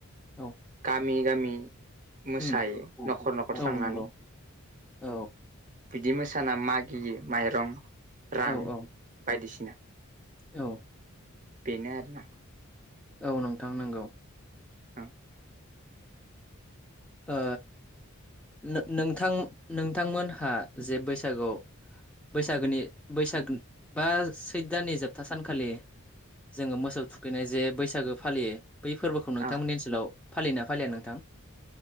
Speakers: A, in the centre; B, on the right.
A: औ
B: गामि गामि मोसायो
A: उम
B: न'खर न'खर
A: औ
B: थांनानै
A: नंगौ औ
B: बिदि मोसाना मागियो माइरं रां
A: औ औ
B: बायदिसिना
A: औ
B: बेनो आरो ना
A: औ नोंथां नंगौ
B: ह
A: ओ नो नोंथां नोंथांमोनहा जे बैसागुयाव बैसागोनि बैसाग बा सैद दाननि जोबथा सानखालि जोङो मोसौ थुखैनाय जे बैसागो फालियो बै फोरबोखौ
B: औ
A: नोंथांमोननि
B: अ
A: ओनसोलाव फालियोना फालिया नोंथां